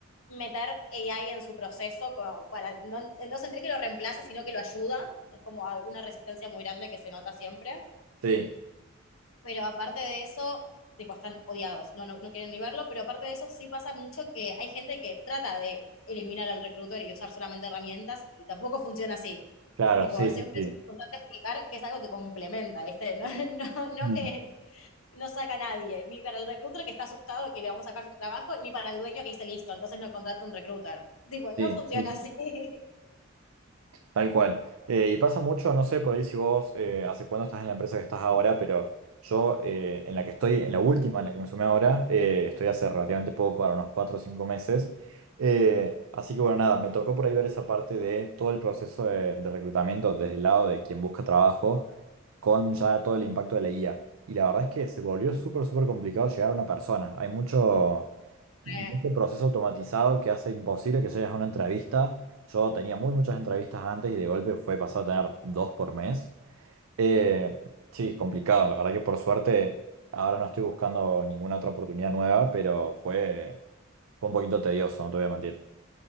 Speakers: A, on the left; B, on the right.
A: meter AI en su proceso como para no, no sentir que lo reemplaza, sino que lo ayuda. Es como una resistencia muy grande que se nota siempre
B: Sí,
A: pero aparte de eso, tipo, están odiados, no, no, no quieren ni verlo, pero aparte de eso sí pasa mucho que hay gente que trata de eliminar al recruiter y usar solamente herramientas y tampoco funciona así.
B: claro,
A: Tipo,
B: sí,
A: siempre
B: sí, sí.
A: es importante explicar que es algo que complementa, ¿viste? <laughs> No, no, no
B: Mm,
A: que no saca a nadie, ni para el recruiter que está asustado de que le vamos a dejar sin trabajo, ni para el dueño que dice listo, entonces no contrata un recruiter. Tipo, no
B: Sí,
A: funciona
B: sí, sí,
A: así. <laughs>
B: tal cual. Eh, y pasa mucho, no sé por ahí si vos, eh, hace cuándo estás en la empresa que estás ahora, pero yo eh, en la que estoy, en la última, en la que me sumé ahora, eh, estoy hace relativamente poco, ahora unos cuatro o cinco meses. Eh, así que bueno, nada, me tocó por ahí ver esa parte de todo el proceso de, de reclutamiento desde el lado de quien busca trabajo con ya todo el impacto de la IA. Y la verdad es que se volvió súper, súper complicado llegar a una persona. Hay mucho, mucho
A: Eh,
B: proceso automatizado que hace imposible que llegues a una entrevista. Yo tenía muy muchas entrevistas antes y de golpe fue pasado a tener dos por mes. Eh, sí, complicado. La verdad que por suerte ahora no estoy buscando ninguna otra oportunidad nueva, pero fue, fue un poquito tedioso, no te voy a mentir.